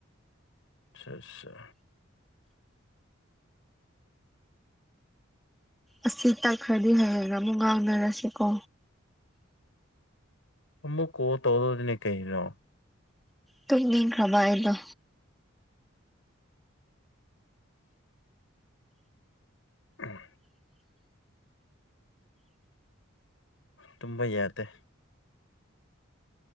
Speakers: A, on the left; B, in the centre.
A: ꯆꯠꯆ
B: ꯑꯁꯤ ꯇꯛꯈ꯭ꯔꯗꯤ ꯍꯌꯦꯡ ꯑꯃꯨꯛ ꯉꯥꯡꯅꯔꯁꯤ ꯀꯣ
A: ꯑꯃꯨꯛ ꯀꯣꯜ ꯇꯣꯒꯗꯧꯅꯦ ꯀꯩꯅꯣ
B: ꯇꯨꯝꯅꯤꯛ ꯈꯔꯕ ꯑꯩꯗꯣ
A: ꯎꯝ ꯇꯨꯝꯕ ꯌꯥꯗꯦ